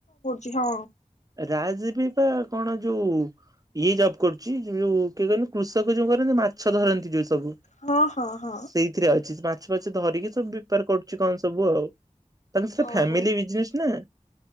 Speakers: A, on the left; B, on the right.
A: ତି ହଁ।
B: ରାଜ୍ ଏବେ ପା କଣ ଯୋଉ ଇଏ ଜବ୍ କରୁଚି ଯୋଉ କିଏ କହନି କୃଷକ ଯୋଉ କରନ୍ତି ମାଛ ଧର ନ୍ତି ଯୋଉ ସବୁ
A: ହଁ ହଁ ହଁ
B: ସେଇଥିରେ ଅଛି ରା ଛ ବାଛ ଧରିକି ସବୁ ବେପାର କରୁଚି କଣ ସବୁ ଆଉ। ତାଙ୍କ ସେଟା
A: ଓହୋ
B: ଫ୍ୟାମିଲି ବିଜନେସ୍ ନାଁ।